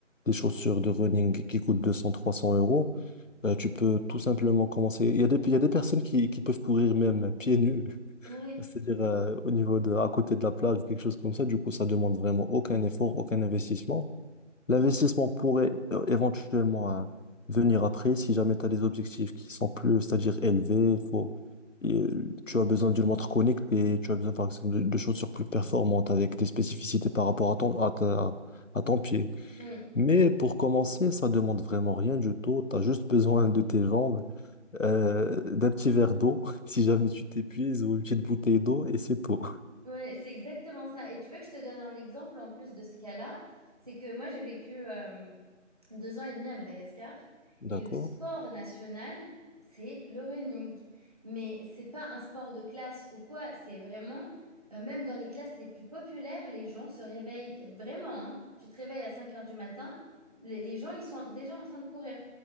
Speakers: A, on the left; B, on the right.
A: des chaussures de running qui coûtent deux cents, trois 300 euros. Euh, tu peux tout simplement commencer. Il y a des, il y a des personnes qui, qui peuvent courir même pieds nus,
B: oui,
A: <laughs> c'est-à-dire euh, au niveau de, à côté de la plage ou quelque chose comme ça. Du coup, ça demande vraiment aucun effort, aucun investissement. L'investissement pourrait euh, éventuellement euh, venir après si jamais tu as des objectifs qui sont plus, c'est-à-dire élevés, faut, et, euh, tu as besoin d'une montre connectée, tu as besoin par exemple de, de chaussures plus performantes avec des spécificités par rapport à ton, à ta- à ton pied.
B: oui.
A: Mais pour commencer, ça demande vraiment rien du tout, tu as juste besoin de tes jambes, euh, d'un petit verre d'eau <laughs> si jamais tu t'épuises ou une petite bouteille d'eau et c'est tout.
B: Ouais, c'est exactement ça. Et tu veux que je te donne un exemple en plus de ce cas-là? C'est que moi, j'ai vécu euh, deux ans et demi à Madagascar
A: D'accord?
B: et le sport national, c'est le running. Mais c'est pas un sport de classe ou quoi, c'est vraiment, euh, même dans les classes les plus populaires, les gens se réveillent vraiment. hein. Tu te réveilles à 5 heures du matin, les, les gens, ils sont déjà en train de courir.